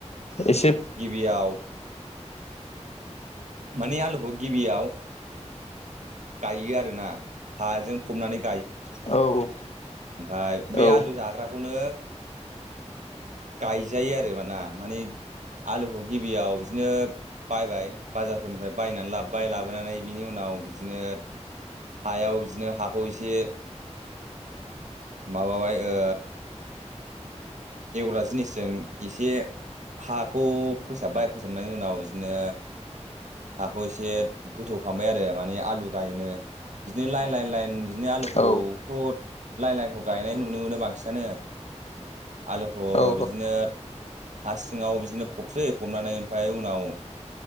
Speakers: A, on the left; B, on the right.
A: एसे
B: गिबियाव मानि आलुखौ गिबियाव गायो आरोना हाजों फबनानै
A: औ
B: ओमफाय बे
A: औ
B: आलु जाग्राखौनो गायजायो आरो माना माने आलुखौ गिबियाव बिदिनो बायबाय बाजारफोरनिफ्राय बायनानै लाबोबाय लाबोनानै बिनि उनाव बिदिनो हायाव बिदिनो हाखौ एसे माबाबाय ओ एवग्रा जिनिसजों एसे हाखौ फोसाबबाय फोसाबनायनि उनाव बिदिनो हाखौ एसे गोथौ खालामबाय आरो माने आलु गायनो बिदिनो लाइ लाइन लाइन बिदिनो आलुखौथ'
A: औ
B: लाइन लाइनखौ गायनाय नुनो मोनो बांसिनानो आलुखौ
A: औ
B: बिदिनो हा सिङाव बिदिनो फबसै फबनानै ओमफाय उनाव